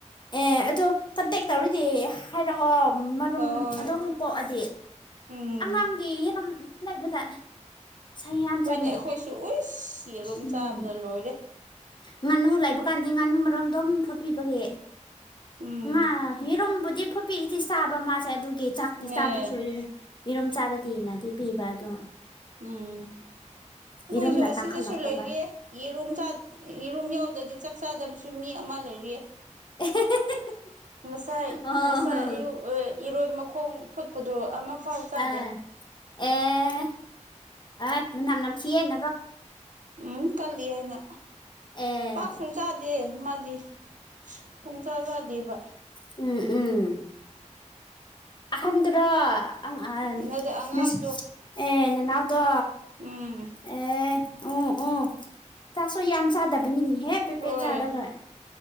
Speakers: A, on the left; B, on the right.
A: ꯑꯦ ꯑꯗꯣ ꯀꯟꯇꯦꯛ ꯇꯧꯔꯗꯤ ꯍꯥꯢꯔꯑꯣ ꯃꯔꯨꯝ
B: ꯍꯣꯏ
A: ꯑꯗꯨꯝ ꯀꯣꯛꯑꯗꯤ
B: ꯎꯝ
A: ꯑꯉꯥꯡꯒꯤ <unintelligible> <unintelligible> ꯌꯥꯝ
B: ꯍꯣꯏꯅꯦ
A: ꯆꯜꯂꯦ
B: ꯑꯩꯈꯣꯏꯁꯨ ꯎꯏꯁ ꯌꯦꯔꯨꯝ
A: ꯎꯝ
B: ꯆꯥꯕꯗ ꯂꯣꯏꯔꯦ
A: ꯉꯥꯅꯨ ꯂꯩꯕ ꯀꯥꯟꯗꯤ ꯉꯥꯅꯨ ꯃꯔꯣꯝ ꯑꯗꯨꯣꯝ ꯐꯣꯠꯄꯤꯕꯒꯤ
B: ꯎꯝ
A: ꯉꯥ ꯌꯦꯔꯨꯝꯕꯨꯗꯤ ꯐꯨꯄꯤꯔꯤꯗꯤ ꯆꯥꯕ ꯃꯥꯁꯦ ꯑꯗꯨꯒꯤ ꯆꯥꯛꯇꯤ
B: ꯑꯦ
A: ꯆꯥꯗ꯭ꯔꯁꯨ ꯌꯦꯔꯨꯝ ꯆꯥꯔꯗꯤ ꯅꯗꯤ ꯄꯤꯕ ꯑꯗꯣ
B: ꯎꯝ ꯑꯩꯈꯣꯏꯁꯨ
A: ꯌꯦꯔꯨꯝꯅ
B: ꯑꯁꯤꯗꯁꯨ
A: ꯇꯥꯡꯈꯠꯂꯛꯄꯒ
B: ꯂꯩꯔꯤ ꯌꯦꯔꯨꯝ ꯆ ꯏꯔꯨꯝ ꯌꯧꯗꯗꯤ ꯆꯥꯛ ꯆꯥꯗꯕꯁꯨ ꯃꯤ ꯑꯃ ꯂꯩꯔꯤꯌꯦ
A: <unintelligible>
B: ꯉꯁꯥꯏ
A: ꯑꯣ
B: ꯉꯁꯥꯏ ꯑꯌꯨꯛ ꯏꯔꯣꯏ ꯃꯈꯣꯡ ꯐꯨꯠꯄꯗꯣ ꯑꯃꯐꯥꯎ ꯆꯥꯗꯦ
A: ꯑꯥ ꯑꯦ ꯍ ꯃꯅꯝ ꯅꯝ ꯊꯤꯌꯦ <unintelligible>
B: ꯎꯝ ꯀꯜꯂꯤ ꯍꯥꯏꯅ
A: ꯑꯦ
B: ꯆꯥꯛꯁꯨ ꯆꯥꯗꯦ ꯃꯥꯗꯤ ꯄꯨꯡ ꯆꯥ ꯆꯥꯗꯦꯕ
A: ꯎꯝ ꯎꯝ ꯑꯍꯟꯗꯨꯔꯣ <unintelligible> <unintelligible>
B: ꯅꯗ ꯑꯉꯥꯡꯗꯣ
A: ꯑꯦ ꯅꯅꯥꯎꯗꯣ
B: ꯎꯝ
A: ꯑꯦ ꯑꯣ ꯑꯣ ꯆꯥꯛꯁꯨ ꯌꯥꯝ ꯆꯥꯗꯕꯅꯤꯅꯦ <unintelligible>
B: ꯍꯣꯏ
A: ꯆꯥꯔꯒ